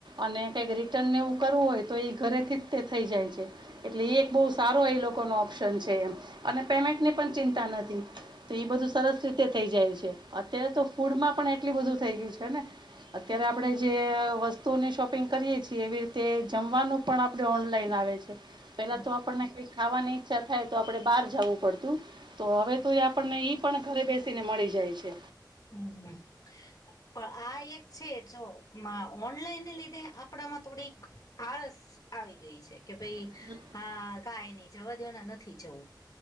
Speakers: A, on the right; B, on the left.
A: અને કઈક રિટર્ન ને એવું કરવું હોય તો એ ઘરેથી જ તે થઈ જાય છે. એટલે એ એક બહુ સારો એ લોકોનો ઓપ્શન છે એમ અને પેમેન્ટની પણ ચિંતા નથી. તો ઈ બધું સરસ રીતે થઈ જાય છે. અત્યારે તો ફૂડમાં પણ એટલું બધું થઈ ગયું છે ને અત્યારે આપડે જે વસ્તુની શોપિંગ કરીએ છીએ એવી રીતે જમવાનું પણ આપડે ઓનલાઈન આવે છે. પહેલા
B: હમ્મ.
A: તો આપણને કઈ ખાવાની ઈચ્છા થાય તો આપડે બહાર જવું પડતું તો હવે તો એ આપણને ઈ પણ ઘરે બેસીને મળી જાય છે.
B: હમ્મ હમ્મ. પણ આ એક છે જો મ ઓનલાઈનને લીધે આપડામાં થોડીક આળસ આવી ગઈ છે કે ભાઈ
A: <inaudible>
B: હા કાઈ નઈ જવા દો ને નથી જવું